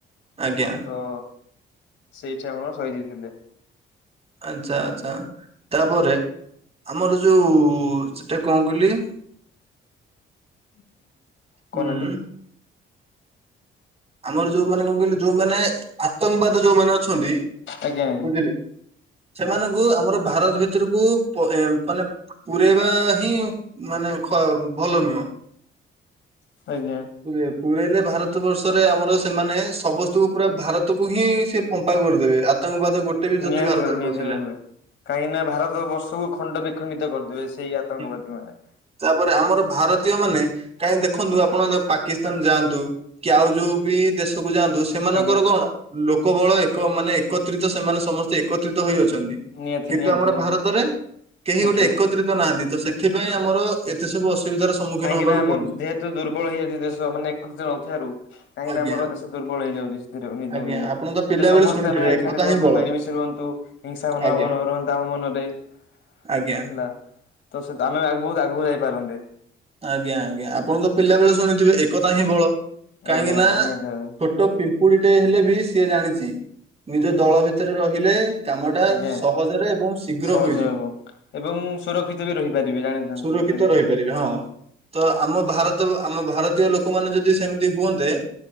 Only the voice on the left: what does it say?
ତ ସେଇଠି ଆମର ସହିଦ ହେଇଥିଲେ।
<inaudible> କହୁନାହାନ୍ତି
ଆଜ୍ଞା ଆଜ୍ଞା
<unintelligible>
ନିହାତି
ଭାବରେ, ନିହାତି
ଭାବରେ। କାହିଁକି ନା ଭାରତ ବର୍ଷକୁ ଖଣ୍ଡ ବିଖଣ୍ଡିତ କରିଦେବେ ସେଇ ଆତଙ୍କବାଦୀ
ମାନେ।
ଆଜ୍ଞା
ନିହାତି
ନିହାତି
ଭାବେ
ଆଜ୍ଞା।
କାହିଁକିନା
ଆମ
ଯେହେତୁ ଦୁର୍ବଳ ହେଇଯାଉଛି ଦେଶ ମାନେ ଏକୃତ ନଥିବାରୁ କାହିଁକିନା
ଆମର ଦେଶ ଦୁର୍ବଳ ହେଇଯାଉଛି।
ସମସ୍ତେ
ଆମେ
ଏକାଠି ରୁହନ୍ତୁ
ମିଳିମିଶି ରୁହନ୍ତୁ ହିଂସା ମନଭାବ
ନରହୁ। ତା ମନରେ ହେଲା,
ତ ସେ ଆମେ ବହୁତ ଆଗକୁ ଯାଇପାରନ୍ତେ।
ଆଜ୍ଞା
ଆଜ୍ଞା ନିହାତି ଭାବରେ
ଆଜ୍ଞା।
ସହଜ
ହେବ ଏବଂ ମୁଁ ସୁରକ୍ଷିତ ବି ରହିପାରିବି ଜାଣିଥାନ୍ତୁ।
ଏଇଟା ବି